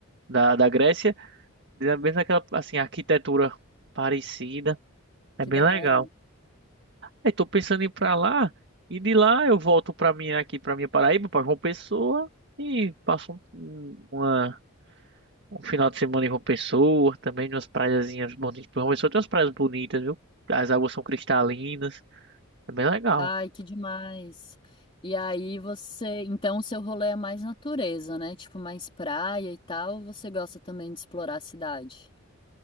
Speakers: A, on the right (about 55°); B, on the left (about 25°).
A: da, da Grécia. Mesmo aquela, assim, arquitetura parecida. É
B: Que
A: bem
B: da
A: legal.
B: hora.
A: Aí tô pensando em ir pra lá. E de lá eu volto pra minha, aqui pra minha Paraíba, pra João Pessoa. E passo um, uma- um final de semana em João Pessoa. Também umas praiazinhas bonitas. João Pessoa tem umas praias bonitas, viu? As águas são cristalinas. É bem legal.
B: Ai, que demais. E aí você, então o seu rolê é mais natureza, né? Tipo mais praia e tal, ou você gosta também de explorar a cidade?